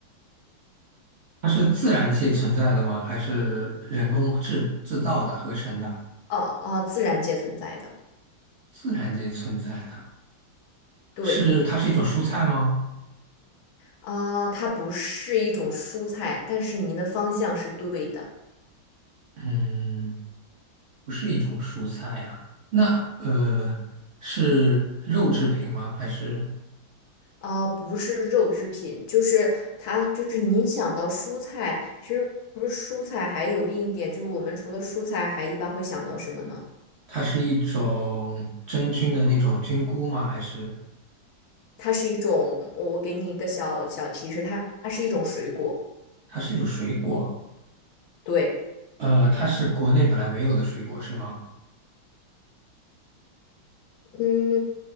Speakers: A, on the right; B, on the left.
A: 它是自然界存在的吗？还是人工制制造的、合成的？
B: 哦哦，自然界存在的，
A: 自然界存在的，
B: 对
A: 是它是一种蔬菜吗？
B: 啊，它不是一种蔬菜，但是您的方向是对的
A: 嗯。不是一种蔬菜啊？那呃，是肉制品吗？还是
B: 啊，不是肉制品，就是它，就是您想到蔬菜，其实不是蔬菜，还有另一点就是我们除了蔬菜，还一般会想到什么呢？
A: 它是一种真菌的那种菌菇吗？还是
B: 它是一种，我给你一个小小提示，它它是一种水果，
A: 它是一种水果？
B: 对，
A: 呃，它是国内本来没有的水果是吗？
B: 嗯。